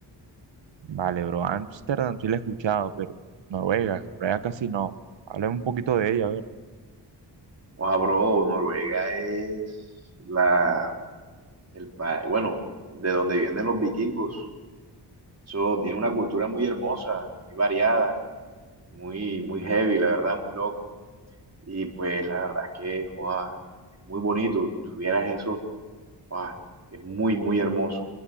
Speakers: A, on the right; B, on the right.
A: Vale, bro, Ámsterdam sí la he escuchado, pero Noruega, Noruega casi no. Háblame un poquito de ella, a ver.
B: Wow, bro, Noruega es la, el país, bueno, de donde vienen los vikingos. Eso tiene una cultura muy hermosa, muy variada, muy, muy heavy, la verdad, muy loco. Y pues la verdad es que, wow, es muy bonito. Tuvieras esos Guau, es muy, muy hermoso.